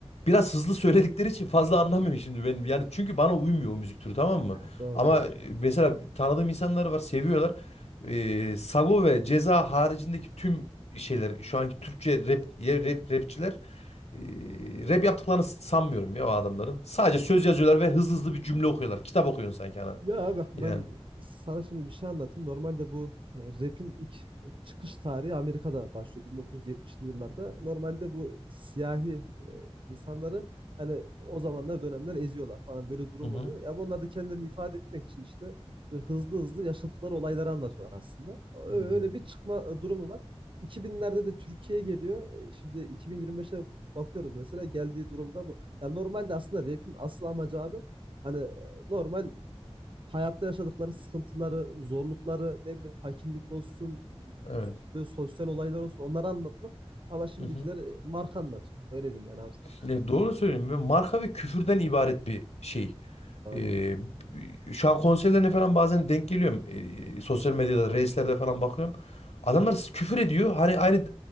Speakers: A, on the left (about 80°); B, on the right (about 50°).
A: biraz hızlı söyledikleri için fazla anlamıyorum şimdi ben. Yani çünkü bana uymuyor o müzik türü tamam mı?
B: Ya doğru
A: Ama
B: doğru.
A: e, mesela tanıdığım insanlar var seviyorlar. Eee, Sago ve Ceza haricindeki tüm şeyler şu anki Türkçe rap, ya rap rapçiler eee, rap yaptıklarını sanmıyorum ya o adamların. Sadece söz yazıyorlar ve hızlı hızlı bir cümle okuyorlar. Kitap okuyorsun sanki ana.
B: Ya bak ben
A: Yani.
B: sana şimdi bir şey anlatayım. Normalde bu e, rap'in ilk çıkış tarihi Amerika'da başlıyor 1970'li yıllarda. Normalde bu siyahi e, insanları hani o zamanlar dönemler eziyorlar falan böyle durum
A: Hı hı.
B: oluyor. Ya bunlar da kendilerini ifade etmek için işte böyle hızlı hızlı yaşadıkları olayları anlatıyorlar aslında. Ö-
A: Hmm,
B: Öyle bir çıkma e, durumu var. 2000'lerde de Türkiye'ye geliyor. E, Şimdi 2025'e bakıyoruz mesela geldiği durumda bu. Ya normalde aslında rap'in asıl amacı abi hani e, normal hayatta yaşadıkları sıkıntıları, zorlukları, ne bileyim fakirlik olsun,
A: Evet.
B: böyle sosyal olaylar olsun onları anlatmak. Ama şimdikiler
A: Hı hı.
B: e, marka anlatıyor. Öyle diyeyim yani abi sana.
A: Ya doğru söylüyorum. Ve marka ve küfürden ibaret bir şey.
B: <laughs> Doğru.
A: Ee, şu an konserlerine falan bazen denk geliyorum. Ee, sosyal medyada, reislerde falan bakıyorum. Adamlar s- küfür ediyor. Hani aynı